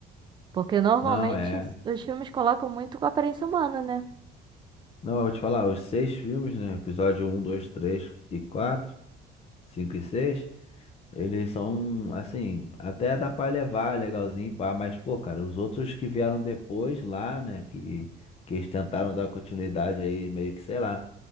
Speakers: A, on the right; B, on the left.
A: Porque normalmente
B: Não é.
A: os filmes colocam muito com aparência humana, né?
B: Não, eu vou te falar, os seis filmes, né? Episódio um, 2, 3 e 4, 5 e 6. eles são, assim, até dá pra levar, legalzinho, pá, mas, pô, cara, os outros que vieram depois lá, né? Que, que eles tentaram dar continuidade aí, meio que, sei lá.